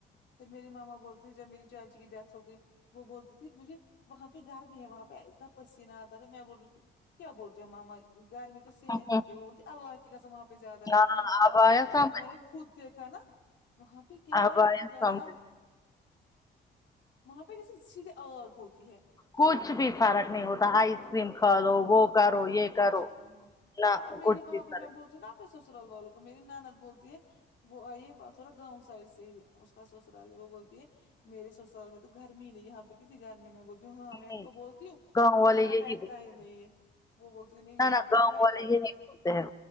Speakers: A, on the left (about 65°); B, on the left (about 20°).
A: پھر میری ماما بولتے جب میری چاچی کی ڈیتھ ہو گئی ٹھیک مجھے وہاں پہ گھر بھی ہے وہاں پہ اتنا پسینہ آتا تھا م میں بول رہ کیا بولتے ہیں ماما گرمی تو سیم
B: ہوں
A: ہوتی
B: ہوں،
A: ہے وہ بولتی اللہ کی کسم وہاں پہ زیادہ
B: ہاں
A: گرمی ہے
B: اب آیا
A: لیکن
B: سمجھ
A: اب میں نے خود دیکھا نا وہاں کیا
B: اب
A: ہے خدا
B: سمجھ
A: آیا وہاں پہ جیسے سیدھھی اگ ہوتی ہے
B: کچھ بھی فرق نہیں ہوتا آئس کریم کھا لو وہ کرو یہ کرو
A: کچھ بھی نہیں
B: نہ
A: اب میری
B: کچھ
A: وہاں
B: بھی
A: پہ
B: فرق
A: میں بولتی ہوں نا اپنے سسرال والوں کو میری نند بولتی ہے وہ آئی تھوڑا گاؤں سائڈ سے ہی اس کا سسرال ہے وہ بولتی ہے میرے سسال میں تو گرمی ہی نہیں یہاں پہ کتنی گرمی میں بول جو ہاں میں ان
B: نہیں
A: کو بولتی ہوں
B: گاؤں
A: ان کو
B: والے
A: میرا
B: یہی
A: بیٹھتا
B: بولتے
A: ہے نہیں
B: ہیں
A: ہے وہ بولتی ہے
B: نہ
A: یہاں
B: نہ
A: پہ
B: گاؤں
A: تو
B: والے
A: گرمی
B: یہ نہیں بولتے ہیں